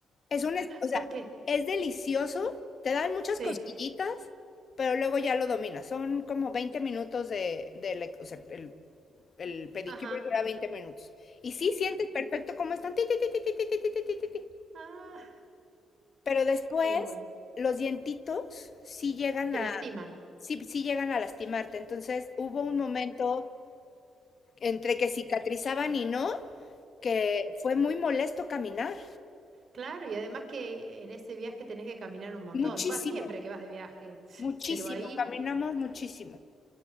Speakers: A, on the left (about 55°); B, on the right (about 55°).
A: Es un, es- o sea,
B: ¿Por qué?
A: es delicioso, te dan muchas
B: Sí.
A: costillitas, pero luego ya lo dominas. Son como 20 minutos de, de lec- o sea, el, el pedicure
B: Ajá.
A: dura 20 minutos. Y sí sientes perfecto cómo están, ti, ti, ti, ti, ti, ti, ti, ti, ti, ti, ti.
B: Ah,
A: Pero después
B: qué bueno.
A: los dientitos sí llegan
B: Te
A: a,
B: lastiman.
A: sí, sí llegan a lastimarte. Entonces hubo un momento entre que cicatrizaban y no, que fue muy molesto caminar.
B: Claro, y además que en ese viaje tenés que caminar un montón.
A: Muchísimo,
B: Va siempre que vas de viaje, <laughs>
A: muchísimo,
B: pero ahí,
A: caminamos muchísimo.